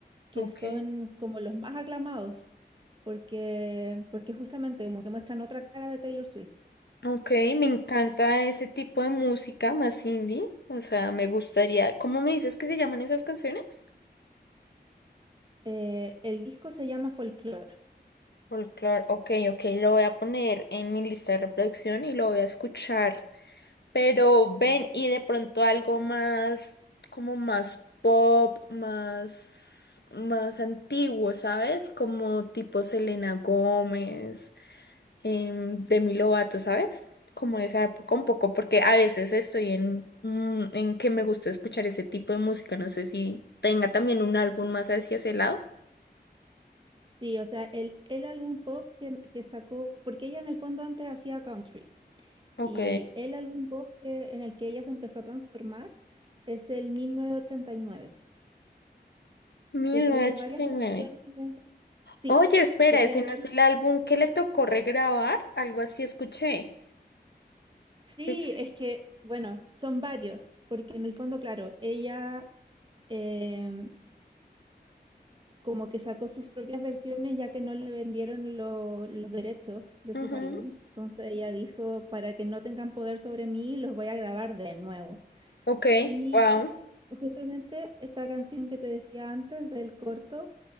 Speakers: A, on the right; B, on the left.
A: que
B: Ok.
A: son como los más aclamados, porque, porque justamente como que muestran otra cara de Taylor Swift.
B: Ok, me encanta ese tipo de música más indie. O sea, me gustaría. ¿Cómo me dices que se llaman esas canciones?
A: Eh, el disco se llama Folklore.
B: Folklore. Ok, ok, lo voy a poner en mi lista de reproducción y lo voy a escuchar. Pero ven y de pronto algo más, como más pop, más, más antiguo, ¿sabes? Como tipo Selena Gómez. em, de mi Lovato, ¿sabes? Como esa época un poco, porque a veces estoy en, mm, en que me gusta escuchar ese tipo de música. No sé si tenga también un álbum más hacia ese lado.
A: Sí, o sea, el, el álbum pop que, que sacó, porque ella en el fondo antes hacía country,
B: Ok.
A: y el álbum pop que- en el que ella se empezó a transformar es el mil novecientos ochenta y nueve
B: 1989.
A: que tiene varias canciones, sí,
B: Oye, espera,
A: que tiene
B: ese no
A: varias,
B: es el álbum que le tocó regrabar, algo así escuché.
A: sí,
B: Es...
A: es que, bueno, son varios, porque en el fondo, claro, ella... em, como que sacó sus propias versiones ya que no le vendieron lo- los derechos de
B: ujú,
A: sus álbums. Entonces ella dijo, para que no tengan poder sobre mí, los voy a grabar de nuevo.
B: Ok,
A: Y
B: wow.
A: eh, justamente esta canción que te decía antes del corto